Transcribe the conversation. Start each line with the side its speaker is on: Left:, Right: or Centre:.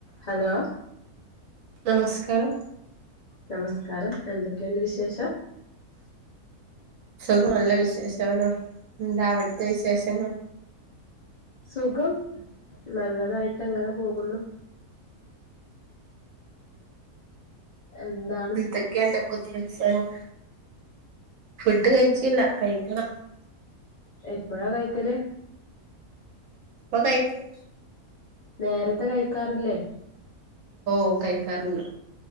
Left: Hello
Right: നമസ്കാരം
Left: നമസ്കാരം എന്തൊക്കെയുണ്ട് വിശേഷം
Right: സുഖം നല്ല വിശേഷാണ് എന്താ അവിടുത്തെ വിശേഷങ്ങൾ
Left: സുഖം നല്ലതായിട്ട് അങ്ങനെ പോകുന്നു എന്താ
Right: എന്തൊക്കെയണ്ട് പുതിയ വിഷയങ്ങൾ ഫുഡ് കഴിച്ചില്ല കഴിക്കണം
Left: എപ്പഴാ കഴിക്കല്
Right: ഇപ്പ കഴിക്കും
Left: നേരത്തെ കഴിക്കാറില്ലേ
Right: ഓ കഴിക്കാറുണ്ട്